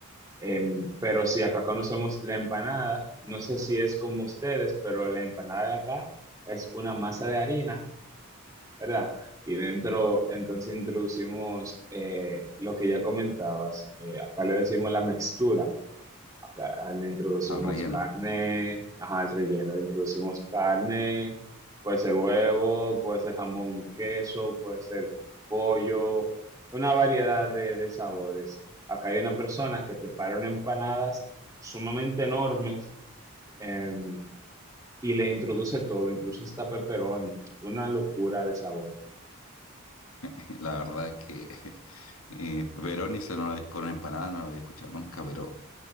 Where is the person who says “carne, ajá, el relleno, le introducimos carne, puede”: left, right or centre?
Right